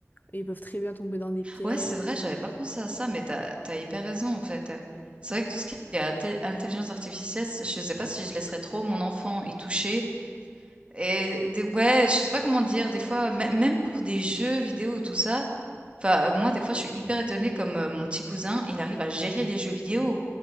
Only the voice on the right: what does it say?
Ouais, c'est vrai, j'avais
pas pensé à ça, mais t'as as hyper raison, en fait, C'est vrai que tout ce qui est até intelligence artificielle, c je sais pas si je laisserais trop mon enfant y toucher. Et des ouais, je sais pas comment dire, des fois, mê même pour des jeux vidéo et tout ça, enfin, moi, des fois, je suis hyper étonnée comme, heu, mon petit cousin, il arrive à gérer les jeux vidéo,